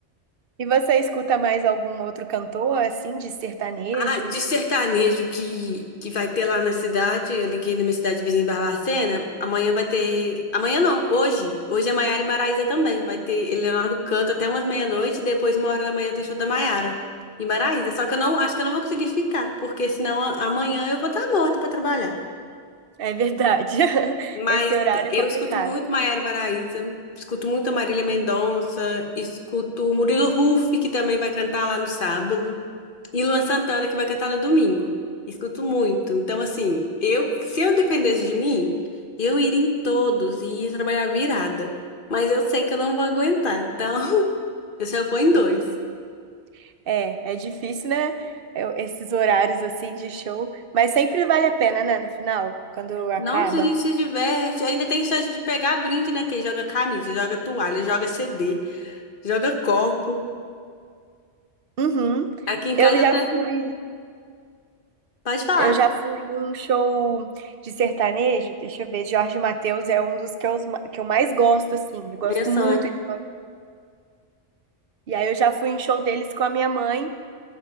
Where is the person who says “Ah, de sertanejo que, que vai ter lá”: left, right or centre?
Left